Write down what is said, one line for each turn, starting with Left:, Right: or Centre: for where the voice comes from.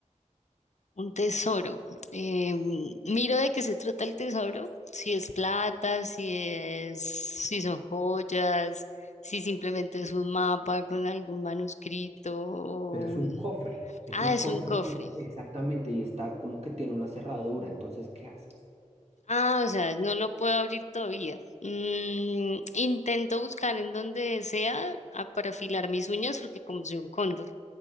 Left: Un tesoro. Em, miro de qué se trata el tesoro. Si es plata, si es, si son joyas, si simplemente es un mapa con algún manuscrito. o
Right: Pero es
Left: un-
Right: un cofre. Es
Left: Ah,
Right: un
Left: es
Right: cofre
Left: un cofre.
Right: este- exactamente y está como que tiene una cerradura. Entonces, ¿qué haces?
Left: Ah, o sea, no lo puedo abrir todavía. Mm, intento buscar en donde sea ah, para afilar mis uñas porque como soy un cóndor,